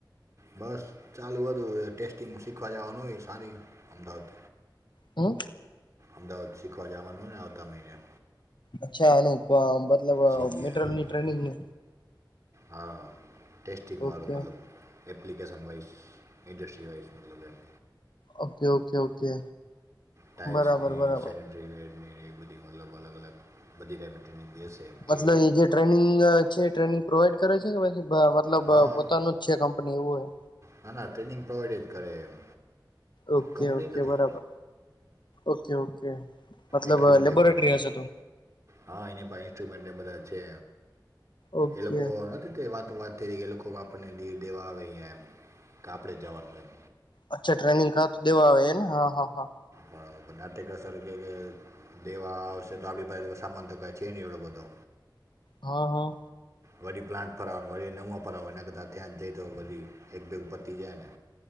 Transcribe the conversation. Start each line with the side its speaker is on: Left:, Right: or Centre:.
Right: બસ ચાલું બ હતું ટેસ્ટિંગ શીખવા જવાનું હોય, સારી અમદાવાદ
Left: હમ
Right: અમદાવાદ શીખવા જવાનું ને આવતા મહિને
Left: અચ્છા અનુપ મતલબ
Right: સીજીઆઈવાળું
Left: મેટરલની ટ્રેનિંગને
Right: હા, ટટેસ્ટિંગ
Left: ઓકે
Right: વાું મતલબ એપ્લિકકેેશન વાઇઝ ન્ડસ્ટ્રી વાઇઝ મતલબ એમ
Left: ઓકે ઓકે ઓકે
Right: ટાાઈલ્સને
Left: બરાબર બરાબર
Right: સેનેટરી વેરની એ બધી મતલબ અલગ અલગ બધી રેમિ ટ્રેનિંગ દ સમ
Left: મતલબ
Right: કે
Left: એ જે ટ્રેનિંગ છે ટ્રેનિંગ પ્રોવાઈડ કરે છે કે પછી મતલબ
Right: હા
Left: પોતાનું જ છે કંપની એવું હોય.
Right: ના ના, ટ્રેનિંગ પ્રોવાઈડ જ કરે એમ
Left: ઓકે
Right: કંપની
Left: ઓકે
Right: નથી
Left: બરાબર ઓકે ઓકે મતલબ
Right: એકેડમી ટાઈપના
Left: લેબોરેટરી, હ તો
Right: હા એની પા ઇન્સ્ટ્રુમેન્ટ એ બધા છે.
Left: ઓકે
Right: એ લોકો નથી તે વાત વાત અત્યારે જગ્યાએ લોકો આપણને દ દેવા આવે એમ કે આપણે જવાનું એમ
Left: અચ્છા ટ્રેનિંગા તો દેવા આવે ને હા હા હા
Right: પણ નાટ્યક સ્વરૂપે કે દેવા આવશે તો આપડી પાસે સામાન તો ક છે નહી એ લોકો તો
Left: હા હા
Right: વરી પ્લાન્ટ ફરાવા વરી નુંં ફરાવ એના કર ત ત્યાં જઈ તો વરી એક બેગ પતી જાયને